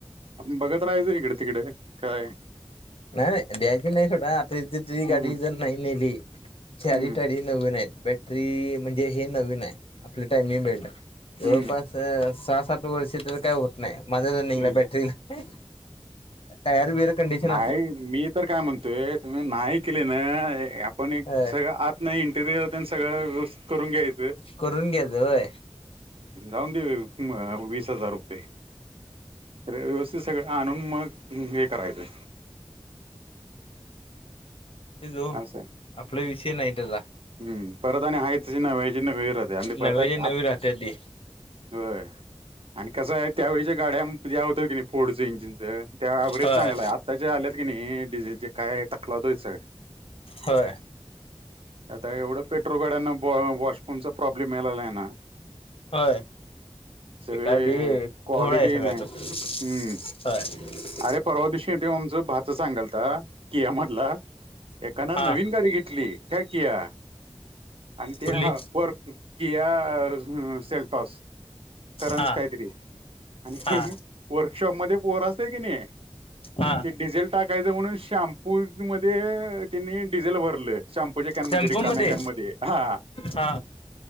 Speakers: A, on the right; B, on the left.
A: बघत राहायच इकड तिकड काय.
B: नाही नाही द्याची नाही सोड आता
A: हम्म
B: ही गाडी जर नाही नेली तर
A: हम्म
B: चारी <unintelligible> नवीन आहेत बॅटरी म्हणजे हे नवीन आहे आपले टायमिंग बेल्ट आहे. जवळपास
A: हम्म
B: सहा सात वर्ष त्याच काय होत नाही मध्ये निला
A: हम्म
B: पेक्षा बॅटरीला. टायर बीयर कंडीशन
A: काही मी तर काय म्हणतोय तुम्ही नाही केले ना आपण एक
B: हो
A: सगळ आत. नाही इंटिरियर ते सगळं व्यवस्थित करून घ्यायचंय.
B: करून घ्यायच होय
A: जाऊन दे विस हजार रुपये. व्यवस्थित सगळं आणून मग हे करायचंय.
B: ते जो
A: असं आहे.
B: आपला विषय नाही त्याचा.
A: हम्म, परत आणि आहे तेच नाव्याचे नवे करते आणि
B: नव्याच्या
A: आता आ
B: नवी राहत्या ते
A: होय. आणि कसं आहे त्यावेळीच्या गाड्या होतं की नाही फोडचं इंजिनचं त्या अव्हेज
B: होय
A: चांगलं आहे आता ज्या आल्या की नाही डिझेलचे काय तकलाव दे होय सगळ्या.
B: होय.
A: आता एवढं पेट्रोल गाड्यांना वॉशफोनचा प्रॉब्लेम आलेला आहे ना.
B: होय.
A: सगळे
B: एका दी
A: क्वालिटी
B: घोड आहे सगळ्याच
A: नाही
B: अस
A: हम्म
B: हाय.
A: अरे परवा दिवशीतो आमचं भाचा सांगलता किया म्हटलं एकानं
B: हा
A: नवीन गाडी घेतली काय किया आणि ते
B: कुठली
A: ह वर किया सेल्स पावस करंज
B: हा
A: कायतरी आणि
B: हा
A: हे वर्कशॉप मध्ये पोर असते की नाही?
B: हा
A: ते डिझेल टाकायचं म्हणून शॅम्पू वीमपु मध्ये त्यांनी डिझेल भरलं शाम्पूच्या कॅनमध्ये
B: टेम्पो
A: रिकाम्या
B: मध्ये
A: कॅनमध्ये हा.
B: हा